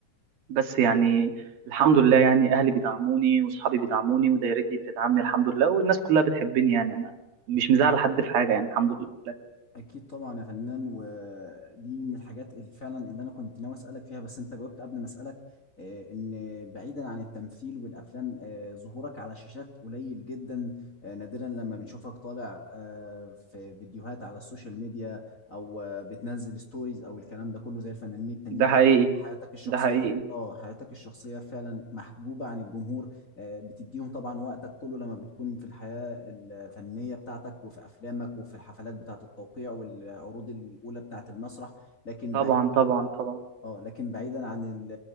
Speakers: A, on the right (about 75°); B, on the left (about 25°).
A: بس يعني الحمد لله يعني أهلي بيدعموني وأصحابي بيدعموني ودايرتي بتدعمني الحمد لله والناس كلها بتحبني يعني أنا مش مزعل حد في حاجة يعني الحمد لله
B: اكيد طبعا يا فنان ودي من الحاجات اللي فعلا اللي انا كنت ناوي اسالك فيها بس انت جاوبت قبل ما اسالك آه، ان بعيدا عن التمثيل والافلام آه، ظهورك على شاشات قليل جدا آه، نادرا لما بنشوفك طالع آه، في فيديوهات على السوشيال ميديا او آه، بتنزل ستوريز او الكلام ده كله زي الفنانين التانيين
A: ده حقيقي
B: حياتك الشخصيه
A: ده حقيقي
B: اه حياتك الشخصيه فعلا محجوبه عن الجمهور آه، بتديهم طبعا وقتك كله لما بتكون في الحياة الفنية بتاعتك وفي أفلامك وفي الحفلات بتاعة التوقيع والعروض الأولى بتاعة المسرح لكن
A: طبعا
B: بعيدا
A: طبعا طبعا
B: اه لكن بعيدا عن ال-